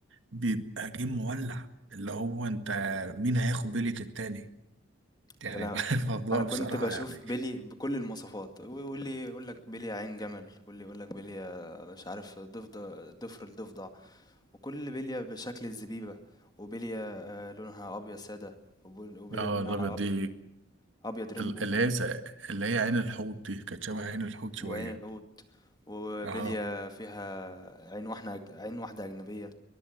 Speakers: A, on the right; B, on the left.
A: بيبقى جيم مولع اللي هو انت مين هياخد بيلي التاني يعني
B: يا لهوي!
A: <laughs> الموضوع
B: أنا كنت
A: بصراحه
B: باشوف
A: يعني
B: بيلي بكل المواصفات و واللي يقول لك بلية عين جمل، واللي يقول لك بلية مش عارف ضفد ضفر الضفدع، وكل بلية بشكل الزبيبة، وبلية آآ لونها أبيض سادة، وبل وبلية
A: اه
B: لونها
A: الابيض
B: أبي
A: دي
B: أبيض ريمبو،
A: ال- اللي هي س- اللي هي عين الحوت دي كانت شبه عين الحوت شويه
B: وعين الحوت، وبلية
A: اه
B: فيها عين واحنة عين واحدة أجنبية،